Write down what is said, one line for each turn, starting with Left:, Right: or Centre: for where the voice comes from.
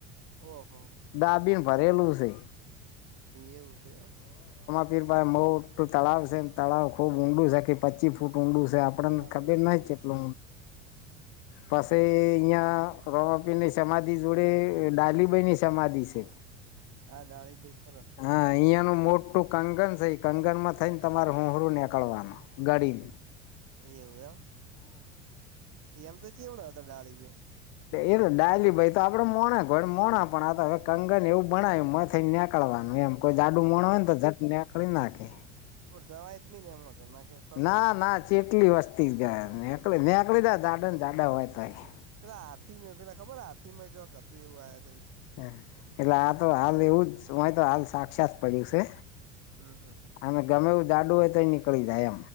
Right: ઓહો
Left: દાબીને ભરેલું છે.
Right: એવું છે એમ
Left: ભાઈ મોટું તળાવ છેમ, તળાવ ખુબ ઊંડું છે કે પચી ફૂટ ઊંડું છે આપણને
Right: બરાબર
Left: ખબીર
Right: બરાબર
Left: ના કેટલો
Right: <inaudible>
Left: પસે અહંયા રોમાપીર ની સમાધિ જોડે, ડાલીબાઈની સમાધિ છે.
Right: હા ડાળી ભઈ ખરા
Left: હા અહિયાંનું મોટું કંગન છે એ કંગન માં થઈને તમારે હુંરું નીકળવાનું ગડી
Right: એવું એમ એમ તો જેવડા હતા ડાળી ભી
Left: એ ડાયલી ભાઈ તો આપડે મોણા ઘ મોણ <unintelligible> નિકડવાનું એમ કોઈ જાડુ મોણ હોય ને તો જટને નિકડી ના હકે
Right: <unintelligible> નઈ એમ હતો નાકે ફસાઈ
Left: ના
Right: જ
Left: ના ચેટલી વસ્તી જાય નીકળ નીકળી જ જાડા ને જાડા હોય તોય
Right: પેલા હાથી ન પેલા ખબર હાથીમાં જક હતું એવું આ
Left: હ એટલે આ તો હાલ એવું જ હોય તો હાલ સાક્ષાત પડ્યું છે.
Right: હમ હમ
Left: અને ગમે જાડુ હો તો નીકળી જાય